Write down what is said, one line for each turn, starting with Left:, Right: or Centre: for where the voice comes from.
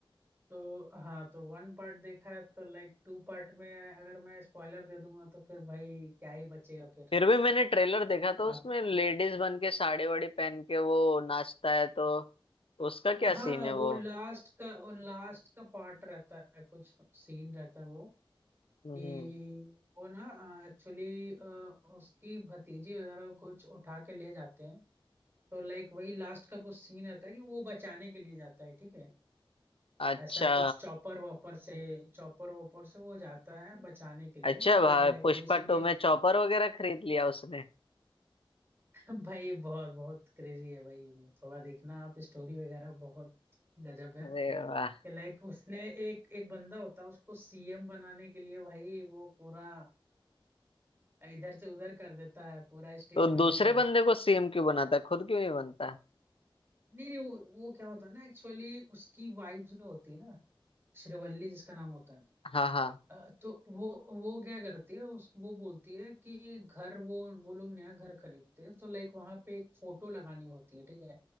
Right: तो हाँ तो वन पार्ट देखा है तो लाइक टू पार्ट में अगर मैं स्पॉइलर दे दूंगा तो फिर भाई क्या ही बचेगा फिर
Left: फिर भी मैंने ट्रेलर देखा तो
Right: आप
Left: उसमें लेडीज बन के साड़ी वाड़ी पहन के वो नाचता है तो उसका क्या
Right: हाँ
Left: सीन
Right: हाँ
Left: है
Right: वो
Left: वो
Right: लास्ट का वो लास्ट का पार्ट रहता है कुछ सीन रहता है वो
Left: हम्म
Right: कि वो ना एक्चुअली उसकी भतीजी वगैरह को कुछ उठा के ले जाते हैं तो लाइक वही लास्ट का कुछ सीन रहता है कि वो बचाने के लिए जाता है ठीक है
Left: अच्छा
Right: ऐसा कुछ चॉपर वॉपर से चॉपर वॉपर से वो जाता है बचाने के लिए
Left: अच्छा भाई
Right: तो लाइक
Left: पुष्पा
Right: वो इसी में
Left: टू में चॉपर वगैरह खरीद लिया उसने
Right: <laughs> भाई बहुत बहुत क्रेजी है भाई वो थोड़ा देखना आप स्टोरी वगैरह बहुत गजब है
Left: अरे वाह
Right: लाइक उसने एक एक बंदा होता है उसको सीएम बनाने के लिए भाई वो पूरा इधर से उधर कर देता है पूरा स्टेट
Left: तो
Right: वगैरह
Left: दूसरे बंदे को सीएम क्यों बनाता है खुद क्यों नहीं बनता
Right: नहीं नहीं वो वो क्या होता है ना एक्चुअली उसकी वाइफ जो होती है ना श्रीवल्ली जिसका नाम होता है
Left: हाँ हाँ
Right: अ, तो वो वो क्या करती है उस वो बोलती है कि घर वो वो लोग नया घर खरीदते हैं तो लाइक वहां पे एक फोटो लगानी होती है ठीक है